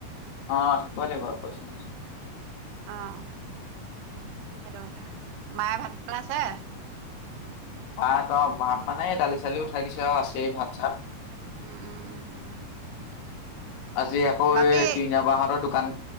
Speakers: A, on the left; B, on the right.
A: অ' থিকৈলে'ব কৈছ ন
B: অ' সেইটো কথা মায়ে ভাত পেল আছে।
A: আহ ত' ভাত মানে দালি চালি উঠাই দিছ আৰু আছেই ভাত চাত।
B: উম উম উম উম উম।
A: আজি আকৌ
B: বাকী
A: এই তিইনাবাহঁতৰ দোকান